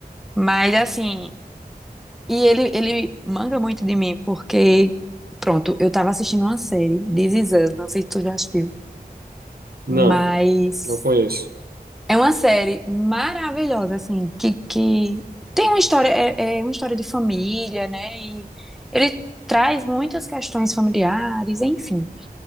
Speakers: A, in the centre; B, on the right.
A: Mas assim, E ele, ele manga muito de mim, porque, pronto, eu tava assistindo uma série, This Is Us, não sei se tu já assistiu,
B: Não,
A: mas
B: não conheço.
A: é uma série maravilhosa, assim, que, que tem uma história, é, é uma história de família, né? E ele traz muitas questões familiares, enfim.